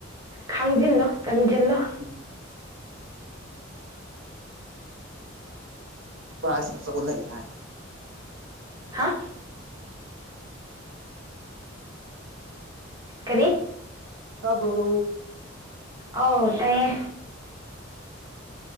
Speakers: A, on the right; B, on the right.
A: ꯈꯪꯖꯤꯜꯂꯣ ꯇꯝꯖꯤꯜꯂꯣ
B: ꯎꯝ ꯄ꯭ꯔꯥꯏꯁ ꯑꯆꯧꯕ ꯂꯩ ꯍꯥꯏ
A: ꯍꯥ ꯀꯔꯤ
B: ꯇꯥꯕ꯭ꯔꯣ
A: ꯑꯧ ꯇꯥꯏꯌꯦ